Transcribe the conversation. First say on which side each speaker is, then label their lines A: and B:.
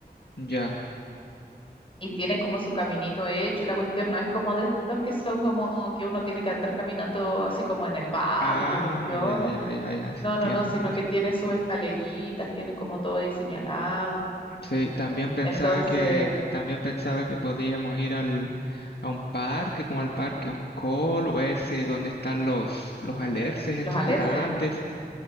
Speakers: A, on the left; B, on the left.
A: Ya.
B: Y tiene como su caminito hecho y la cuestión no es como de estos que son como que uno tiene que andar caminando así como en el barro
A: Ah,
B: y la cuestión.
A: ya, ya, ya, ya. Sí
B: No,
A: entiendo.
B: no, no, sino
A: sí
B: que tiene sus escaleritas, tiene como todo ahí señalado.
A: Sí, también pensaba
B: Entonces,
A: que, también pensaba que podíamos ir al, a un parque, como al parque Oncol, o ese donde están los, los alerces estos
B: los alerces.
A: grandes.